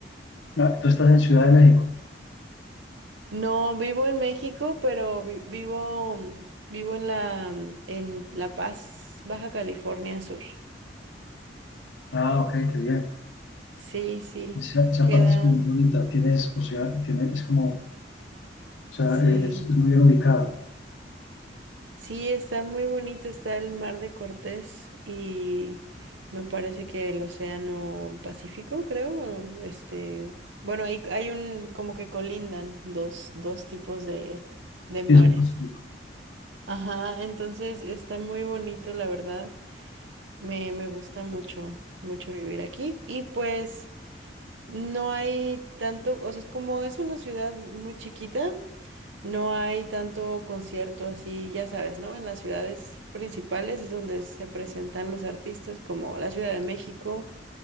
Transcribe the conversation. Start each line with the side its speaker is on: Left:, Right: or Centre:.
Left: Ah, tú estás en Ciudad de México.
Right: No vivo en México, pero vi- vivo, mm, vivo en la, mm, en La Paz, Baja California Sur.
Left: Ah, ok, qué bien.
Right: Sí, sí,
Left: Esa, esa
Right: queda.
Left: parte es como muy bonita. Tienes, o sea, tiene- es como O sea,
Right: Sí,
Left: eh, es, es muy bien ubicada.
Right: sí, está muy bonito, está el Mar de Cortés y me parece que el Océano Pacífico, creo, este, bueno, hay, hay un, como que colindan dos, dos tipos de, de mares.
Left: Sí, es el Pacífico,
Right: Ajá, entonces está muy bonito, la verdad, me, me gusta mucho, mucho vivir aquí y pues no hay tanto, o sea, es como es una ciudad muy chiquita. No hay tanto concierto así, ya sabes, ¿no? En las ciudades principales es donde se presentan los artistas como la Ciudad de México,